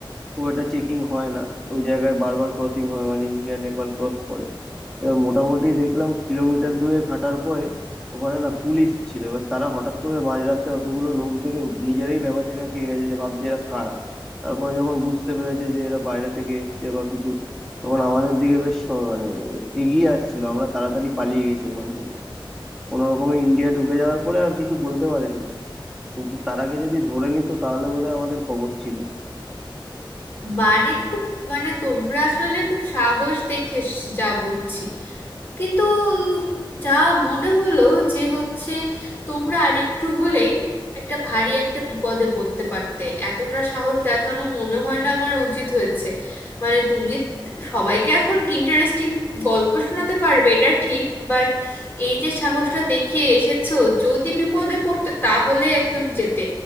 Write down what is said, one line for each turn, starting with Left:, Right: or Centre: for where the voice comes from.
Centre: খুব একটা চেকিং হয় না ওই জায়গায় বারবার ক্রসিং হয় মানে ইন্ডিয়া নেপাল ক্রস করে এবার মোটামুটি দেখলাম কিলোমিটার দুয়েক হাঁটার পরে ওখানে না পুলিশ ছিল এবার তারা হঠাৎ করে মাঝরাতে অতগুলো লোক দেখে নিজেরাই ভ্যাবাচ্যাকা খেয়ে গেছে যে ভাবছে এরা কারা তারপরে যখন বুঝতে পেরেছে যে এরা বাইরে থেকে এসছে বা কিছু তখন আমাদের দিকে বেশ স- মানে এগিয়ে আসছিল আমরা তাড়াতাড়ি পালিয়ে গেছি ওখান থেকে কোনো রকমে ইন্ডিয়া ঢুকে যাওয়ার পরে আর কিছু বলতে পারেনি কিন্তু তার আগে যদি ধরে নিত তাহলে বোধহয় আমাদের খবর ছিল
Left: মানে খুব মানে তোমরা আসলে খুব সাহস দেখিয়ে এসেছো যা বুঝছি কিন্তু যা মনে হলো যে হচ্ছে তোমরা আর একটু হলেই একটা ভারী একটা বিপদে পড়তে পারতে এতটা সাহস দেখানো মনে হয় না আমার উচিত হয়েছে মানে তুমি সবাইকে এখন ইন্টারেস্টিং গল্প শোনাতে পারবে এটা ঠিক বাট এই যে সাহসটা দেখিয়ে এসেছো যদি বিপদে পড়তে তাহলে একদম যেতে